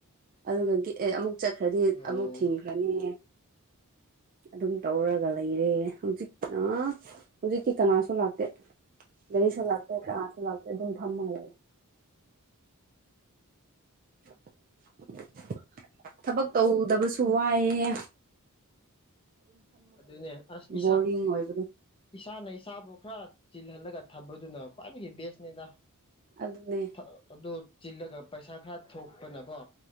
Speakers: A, on the right (about 40°); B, on the left (about 25°).
A: ꯑꯗꯨꯒ ꯒꯦ ꯑꯃꯨꯛ ꯆꯠꯈ꯭ꯔꯗꯤ
B: ꯎꯝ
A: ꯑꯃꯨꯛ ꯊꯤꯡꯈ꯭ꯔꯅꯤ ꯑꯗꯨꯝ ꯇꯧꯔꯒ ꯂꯩꯔꯦ ꯍꯧꯖꯤꯛ ꯑ ꯍꯧꯖꯤꯛꯇꯤ ꯀꯅꯥꯁꯨ ꯂꯥꯛꯇꯦ ꯒꯥꯔꯤꯁꯨ ꯂꯥꯛꯇꯦ ꯀꯅꯥꯁꯨ ꯂꯥꯛꯇꯦ ꯑꯗꯨꯝ ꯐꯝ ꯃꯒ ꯂꯩ <inaudible> ꯊꯕꯛ ꯇꯧ ꯗꯕꯁꯨ ꯋꯥꯏꯑꯦ
B: ꯑꯗꯨꯅꯦ ꯑꯁ ꯏꯁꯥ
A: ꯕꯣꯔꯤꯡ ꯑꯣꯏꯕꯗꯣ
B: ꯏꯁꯥꯅ ꯏꯁꯕꯨ ꯈꯔ ꯆꯤꯜꯍꯜꯂꯒ ꯊꯝꯕꯗꯨꯅ ꯈ꯭ꯋꯥꯏꯗꯒꯤ ꯕꯦꯁꯅꯦꯗ
A: ꯑꯗꯨꯅꯦ
B: ꯊ ꯑꯗꫭ ꯆꯤꯜꯂꯒ ꯄꯩꯁꯥ ꯈꯔ ꯊꯣꯛꯄꯅꯀꯣ꯫